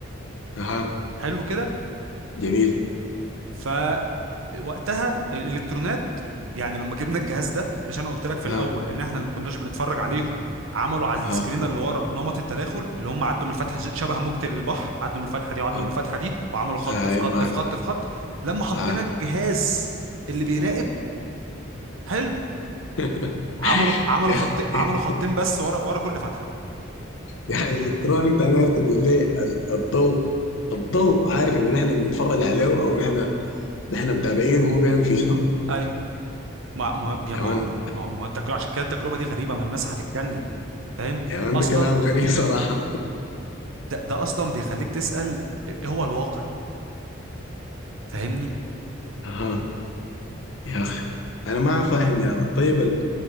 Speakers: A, on the left; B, on the right.
A: أها
B: حلو كده
A: جميل
B: فوقتها الالكترونات يعني لما جبنا الجهاز ده مش انا قلت لك في
A: أها
B: الاول ان احنا لما كناش بنتفرج عليهم عملوا على
A: أها
B: السكرين اللي ورا نمط التداخل اللي هم عدوا من الفتحه ش- شبه موجة البحر عدوا من الفتحه دي وعدوا
A: أوك.
B: من الفتحه دي وعملوا خط
A: هاي
B: في خط
A: معاك
B: في خط في خط لما حطينا
A: معاك
B: الجهاز اللي بيراقب حلو،
A: <laughs>
B: عملوا عملوا
A: يا
B: خط
A: أخي.
B: عملوا
A: <laughs>
B: خطين بس ورا ورا كل فتحه
A: يعني الالكترون انت عارف تقول لي ال- الضوء الضوء عارف ان نحن بنتفرج عليه او نحن نحن متابعينه وهو بيعمل في شنو
B: ايوه ما ما يا
A: يا
B: ما
A: مان
B: ما هو ما هو التجربه عشان كده التجربه دي غريبه ما الناس هتتجنن فاهم
A: يا مان
B: اصلا
A: ده كلام غريب صراحة
B: ده, ده اصلا بيخليك تسال إيه هو الواقع فاهمني
A: <laughs> اها يا اخ انا ما فاهم يا مان طيب ال-